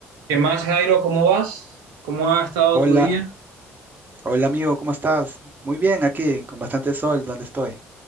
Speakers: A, on the right; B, on the right.
A: ¿Qué más, Jairo? ¿Cómo vas? ¿Cómo ha estado
B: Hola,
A: tu día?
B: hola amigo, ¿cómo estás? Muy bien aquí, con bastante sol donde estoy.